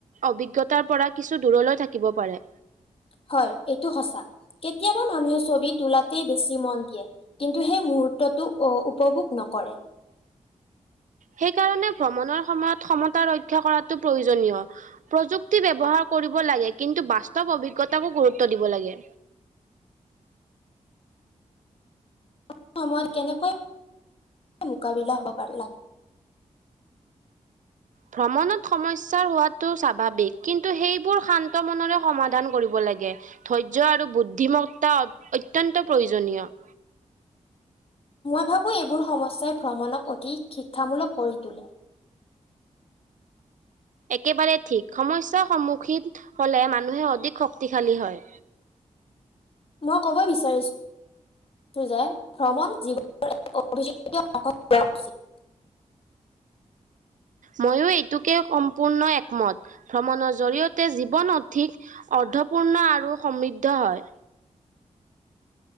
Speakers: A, on the right; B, on the left.
A: অভিজ্ঞতাৰ পৰা কিছু দূৰলৈ থাকিব পাৰে।
B: হয়ঁ এইটো সঁচা কেতিয়াবা মানুহে ছবি তোলাতেই বেছি মন দিয়ে। কিন্তু সেই মুহুৰ্তটো অ উপভোগ নকৰে।
A: সেইকাৰণে ভ্ৰমণৰ সময়ত ক্ষতা ৰক্ষা কৰাটো প্ৰয়োজনীয়। প্ৰযুক্তি ব্যৱহাৰ কৰিব লাগে কিন্তু বাস্তৱ অভিজ্ঞতাকো গুৰুত্ব দিব লাগে।
B: এইটো সময়ত কেনেকৈ মোকাবিলা হৱ পাৰে লাগে।
A: ভ্ৰমণত সমস্যাৰ হোৱাটো স্বাভাৱিক কিন্তু সেইবোৰ শান্ত মনেৰে সমাধান কৰিব লাগে। ধৈৰ্য্য আৰু বুদ্ধিমত্তা অত্যন্ত প্ৰয়োজনীয়।
B: মই ভাবো এইবোৰ সমস্যাই ভ্ৰমণক অতি শিক্ষামূলক কৰি তোলে।
A: একেবাৰে ঠিক সমস্যাৰ সন্মুখীন হলে মানুহে অধিক শক্তিশালী হয়ঁ।
B: মই ক'ব বিচাৰিছোঁ - যে ভ্ৰমণ জীৱনৰ এক অভি অংশ লোৱা উচিত।
A: ময়ো এইটোকে সম্পূৰ্ণ একমত ভ্ৰমণৰ জৰিয়তে জীৱন অধিক- অৰ্ধপূৰ্ণ আৰু সমৃদ্ধ হয়ঁ।